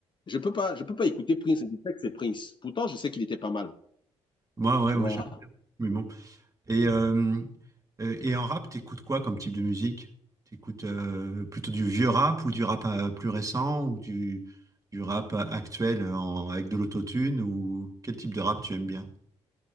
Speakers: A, on the left; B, on the right.
A: Je peux pas, je peux pas écouter Prince, je sais que c'est Prince. Pourtant, je sais qu'il était pas mal,
B: moi ouais,
A: tu
B: moi
A: vois.
B: j'aime bien, mais bon. Et, euh, euh, et en rap, t'écoutes quoi comme type de musique? T'écoutes euh, plutôt du vieux rap ou du rap euh, plus récent ou du, du rap euh, actuel euh, en- avec de l'autotune ou quel type de rap tu aimes bien?